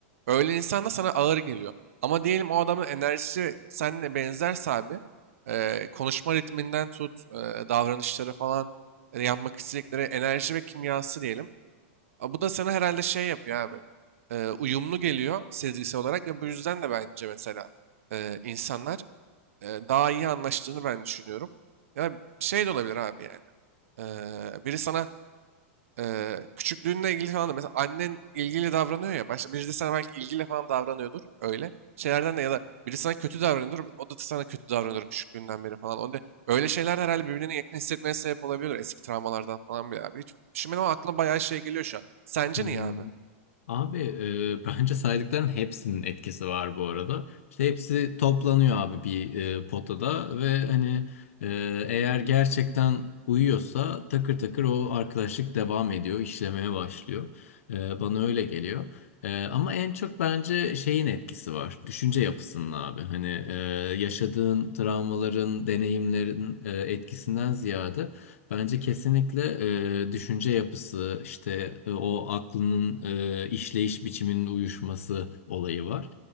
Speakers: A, on the right (about 80°); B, on the left (about 85°).
A: Öyle insan da sana ağır geliyor. Ama diyelim o adamın enerjisi seninle benzerse abi eee, konuşma ritminden tut, eee, davranışları falan, e, yapmak istedikleri enerji ve kimyası diyelim. A, bu da sana herhalde şey yapıyor abi. e, uyumlu geliyor sezgisel olarak ve bu yüzden de bence mesela e, insanlar e, daha iyi anlaştığını ben düşünüyorum. Ya şey de olabilir abi yani. E, biri sana Eee, küçüklüğünle ilgili falan da mesela annen ilgili davranıyor ya. Başta birisi de sana belki ilgiyle falan davranıyordur öyle. Şeylerden de ya da biri sana kötü davranıyordur. O da sana kötü davranıyordur küçüklüğünden beri falan. Onda öyle şeyler de herhalde birbirine yakın hissetmeye sebep olabiliyor. Eski travmalardan falan bile abi. Hiç düşünmedim ama aklıma bayağı şey geliyor şu an. Sence
B: hı.
A: niye abi?
B: Abi e, <laughs> bence saydıkların hepsinin etkisi var bu arada. İşte hepsi toplanıyor abi bir e, potada ve hani e, eğer gerçekten uyuyorsa takır takır o arkadaşlık devam ediyor, işlemeye başlıyor. E, bana öyle geliyor. E, ama en çok bence şeyin etkisi var, düşünce yapısının abi. Hani e, yaşadığın travmaların, deneyimlerin e, etkisinden ziyade. Bence kesinlikle e, düşünce yapısı, işte e, o aklının e, işleyiş biçiminin uyuşması olayı var.